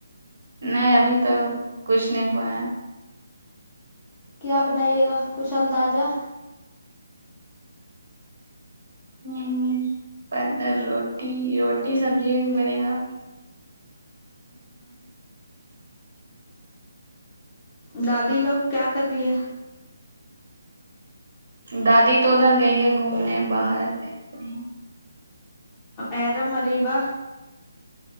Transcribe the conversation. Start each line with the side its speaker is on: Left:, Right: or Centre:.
Right: نہیں ابھی تو کچھ نہیں ہوا ہے
Left: کیا بنائیے گا کچھ اندازہ
Right: ہمم پہلے روٹی روٹی سبزی بنے گا
Left: دادی لوگ کیا کر رہی ہے
Right: دادی تو ادھر گئی ہے گھومنے باہر ایسے ہی
Left: ائرم اریبہ